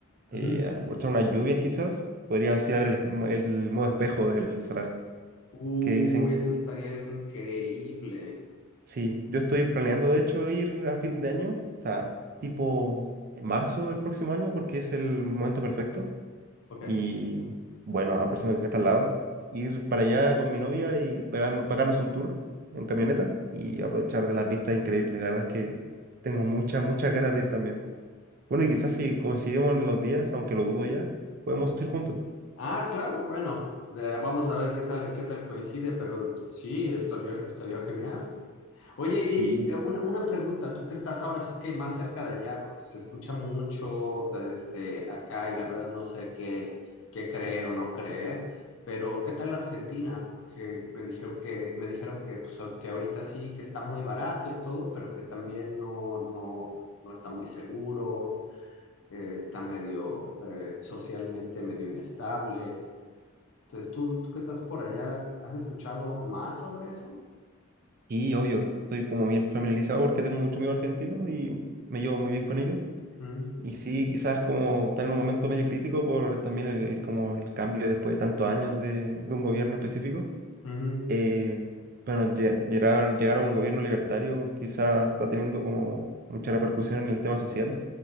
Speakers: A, on the right (about 45°); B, on the left (about 70°).
A: eh,
B: Ujú.
A: aprovechar unas lluvias quizás, podrías ir a ver el, espe- el modo espejo del salar
B: Uy,
A: que dicen
B: eso estaría increíble.
A: Sí, yo estoy planeando de hecho ir a fin de año, o sea, tipo en marzo del próximo año, porque es el momento perfecto.
B: Ok.
A: Y bueno, a la persona que está al lado, ir para allá con mi novia y pegar- pagarnos un tour en camioneta y aprovechar de las vistas increíbles. La verdad es que tengo muchas, muchas ganas de ir también. Bueno, y quizás si coincidimos en los días, aunque lo dudo ya, podemos ir juntos.
B: Ah, claro, bueno. de- vamos a ver qué tal, qué tal coincide, pero sí, estaría, estaría genial. Oye, y
A: Sí,
B: eh, una, una pregunta, tú que estás ahora sí que más cerca de allá, porque se escucha mucho de este acá y la verdad no sé qué, qué creer o no creer, pero ¿qué tal Argentina? Porque me dijeron que, me dijeron que, pues, a- que ahorita sí, que está muy barato y todo, pero que también no, no, no está muy seguro, eh, está medio eh, socialmente medio inestable. Entonces, tú, tú que estás por allá, ¿has escuchado más sobre eso?
A: sí, obvio. Estoy como bien familiarizado porque tengo muchos amigos argentinos y me llevo muy bien con ellos.
B: Mm,
A: Y sí, quizás como están en un momento medio crítico por también el, el- como el cambio después de tantos años de, de un gobierno específico.
B: ujú,
A: Eh, bueno, lle- llegar, llegar a un gobierno libertario quizás está teniendo como mucha repercusión en el tema social.